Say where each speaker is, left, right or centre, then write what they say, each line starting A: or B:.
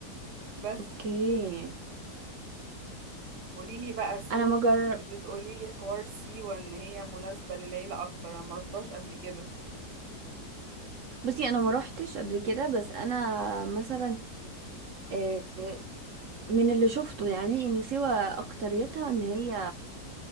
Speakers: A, on the right; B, on the right.
A: بس
B: اوكي
A: قولي لي بقى سيوة
B: انا ما جر...
A: بتقولي لي حوار سيوة ان هي مناسبة للعيلة اكتر انا ما رحتهاش قبل كده
B: بصي انا ما روحتش قبل كده بس انا مثلا آه، من اللي شفته يعني ان سيوة اكتريتها ان هي